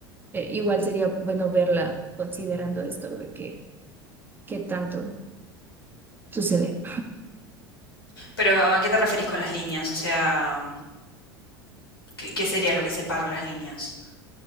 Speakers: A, on the right; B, on the left.
A: eh, igual sería bueno verla considerando esto de que, qué tanto sucede.
B: Pero ¿a qué te referís con las líneas? O sea, ¿qué, qué sería lo que separa las líneas?